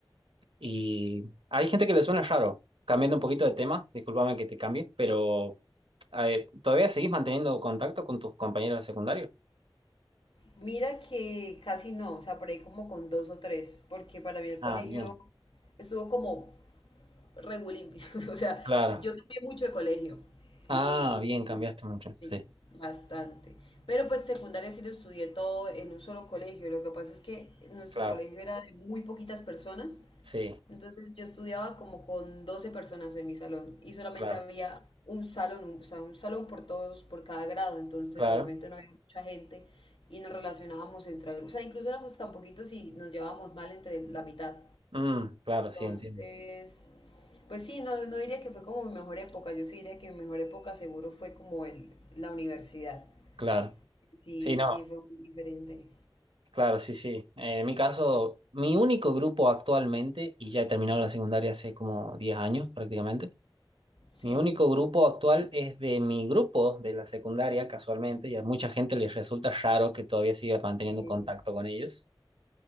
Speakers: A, on the right; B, on the left.
A: y hay gente que le suena raro. Cambiando un poquito de tema, discúlpame que te cambie, pero eh, ¿todavía seguís manteniendo contacto con tus compañeros de secundario?
B: Mira que casi no, o sea, por ahí como con dos o tres, porque para mí el
A: Ah,
B: colegio
A: bien,
B: estuvo como regulimpis. <laughs> O sea,
A: claro.
B: yo cambié mucho de colegio.
A: Ah,
B: Y,
A: bien, cambiaste mucho.
B: y sí,
A: Sí,
B: bastante. Pero pues secundaria sí lo estudié todo en un solo colegio. Lo que pasa es que nuestro
A: claro,
B: colegio era de muy poquitas personas.
A: sí,
B: Entonces yo estudiaba como con 12 personas en mi salón y solamente
A: claro,
B: había un salón, un- o sea, un salón por todos, por cada grado. Entonces
A: claro.
B: realmente no había mucha gente y nos relacionábamos entre, o sea, incluso éramos tan poquitos y nos llevábamos mal entre la mitad.
A: Mm, claro,
B: Entonces,
A: sí, entiendo.
B: pues sí, no, no diría que fue como mi mejor época, yo sí diría que mi mejor época seguro fue como el, la universidad.
A: Claro.
B: Sí,
A: Sí, no.
B: sí, fue muy diferente.
A: Claro, sí, sí. Eh, en mi caso, mi único grupo actualmente, y ya he terminado la secundaria hace como 10 años prácticamente,
B: Sí,
A: mi único grupo actual es de mi grupo de la secundaria, casualmente, y a mucha gente les resulta raro que todavía siga manteniendo
B: sí,
A: contacto con ellos.